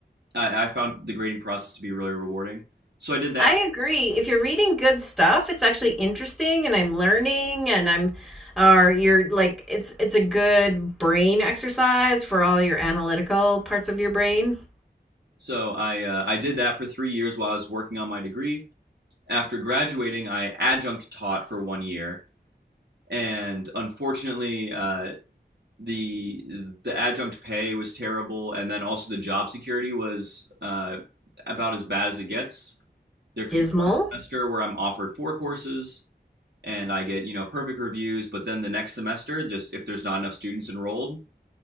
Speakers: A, on the right (about 80°); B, in the centre.
A: I, I found the grading process to be really rewarding. So I did that
B: I agree. If you're reading good stuff, it's actually interesting and I'm learning and I'm or you're like it's it's a good brain exercise for all your analytical parts of your brain.
A: So I uh, I did that for three years while I was working on my degree. After graduating, I adjunct taught for one year, and unfortunately, uh, the the adjunct pay was terrible, and then also the job security was uh, about as bad as it gets. There could
B: Dismal.
A: be one semester where I'm offered four courses and I get you know perfect reviews, but then the next semester, just if there's not enough students enrolled,